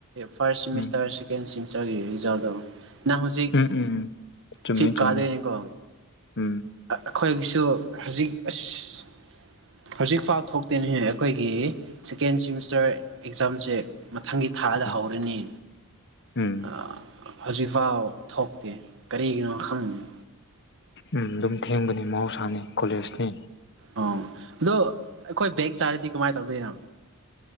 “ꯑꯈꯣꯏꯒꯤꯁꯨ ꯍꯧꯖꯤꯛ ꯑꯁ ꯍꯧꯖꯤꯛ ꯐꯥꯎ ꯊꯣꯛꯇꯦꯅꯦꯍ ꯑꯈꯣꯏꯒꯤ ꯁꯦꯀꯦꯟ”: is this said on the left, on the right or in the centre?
Right